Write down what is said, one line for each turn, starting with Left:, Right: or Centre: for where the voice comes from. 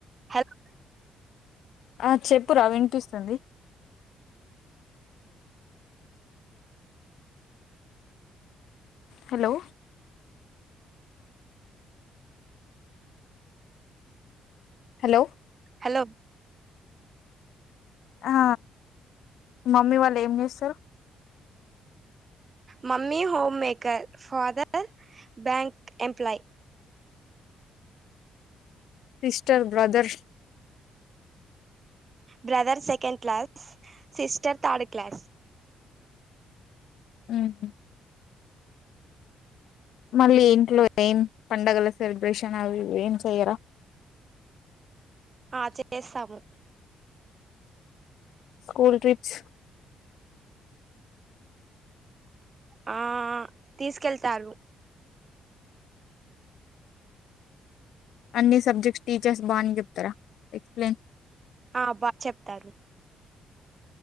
Right: హల్
Left: ఆ చెప్పురా వినిపిస్తుంది హలో హలో
Right: హలో
Left: ఆ మమ్మీ వాళ్ళు ఏం చేస్తారు
Right: mummy homemaker father bank employee
Left: sister brother
Right: brother second class sister third class
Left: ఆహా మళ్ళీ ఇంట్లో ఏం పడుగల సెలబ్రేషన్ అవి ఇవి ఏం చెయ్యరా
Right: ఆ చేస్తాము
Left: స్కూల్ ట్రిప్స్
Right: ఆ తీసుకెళ్తారు
Left: అన్ని సబ్జెక్ట్స్ టీచర్స్ బానే చెప్తారా ఎక్స్ప్లెయిన్
Right: ఆ బా చెప్తారు